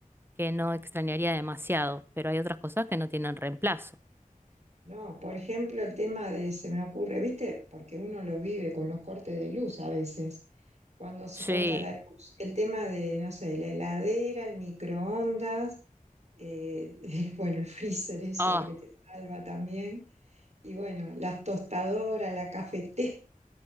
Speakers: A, on the right; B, on the right.
A: que no extrañaría demasiado. Pero hay otras cosas que no tienen reemplazo.
B: no, por ejemplo, el tema de, se me ocurre, ¿viste? Porque uno lo vive con los cortes de luz a veces. Cuando se
A: Sí.
B: corta la luz, el tema de, no sé, la heladera, el microondas, eh, <laughs> el- bueno, el freezer, eso,
A: Oh,
B: el que te salva también. Y bueno, las tostadoras, la cafetera.